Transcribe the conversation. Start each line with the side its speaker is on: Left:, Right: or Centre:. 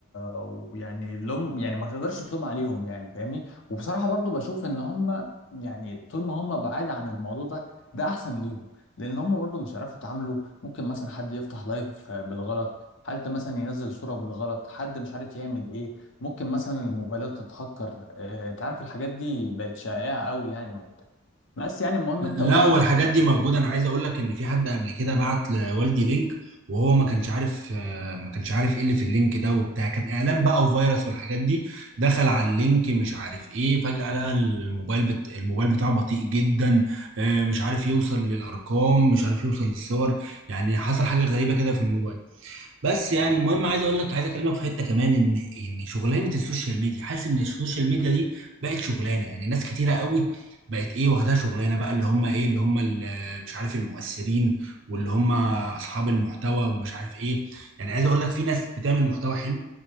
Left: ويعني لوم يعني ما تقدرش تلوم عليهم يعني فاهمني وبصراحه برضو بشوف ان هم يعني طول ما هم بعاد عن الموضوع ده ده احسن ليهم لان هم برضو مش عارفوا يتعاملوا ممكن مثلا حد يفتح لايف بالغلط حد مثلا ينزل صوره بالغلط حد مش عارف يعمل ايه ممكن مثلا الموبايلات تتهكر آه، انت عارف الحاجات دي بقت شائعه قوي يعني وبتاع بس يعني المهم
Right: لا
Left: انت قول
Right: والحاجات
Left: لي
Right: دي موجودة أنا عايز أقول لك إن في حد قبل كده بعت لوالدي لينك وهو ما كانش عارف آه، ما كانش عارف إيه اللي في اللينك ده وبتاع كان إعلان بقى وفيروس والحاجات دي دخل على اللينك مش عارف إيه فجأة لقى الموبايل بت... الموبايل بتاعه بطيء جدا آه، مش عارف يوصل للأرقام مش عارف يوصل للصور يعني حصل حاجة غريبة كده في الموبايل بس يعني المهم عايز اقول لك عايز اكلمك في حته كمان ان ان شغلانه السوشيال ميديا حاسس ان السوشيال ميديا دي بقت شغلانه يعني ناس كتيره قوي بقت ايه واخدها شغلانه بقى اللي هم ايه اللي هم اللي مش عارف المؤثرين واللي هم اصحاب المحتوى ومش عارف ايه يعني عايز اقول لك في ناس بتعمل محتوى حلو